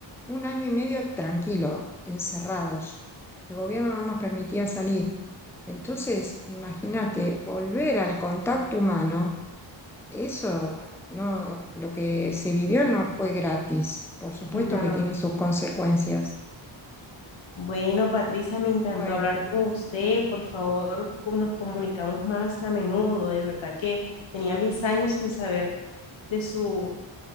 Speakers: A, in the centre; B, on the left (about 70°).
A: un año y medio tranquilo, encerrados. El gobierno no nos permitía salir. Entonces, imagínate, volver al contacto humano, eso no, lo que se vivió no fue gratis. Por supuesto
B: No.
A: que tiene sus consecuencias.
B: Bueno, Patricia, me encantó
A: Bueno.
B: hablar con usted. Por favor, co- nos comunicamos más a menudo. De verdad que tenía mis años sin saber de su,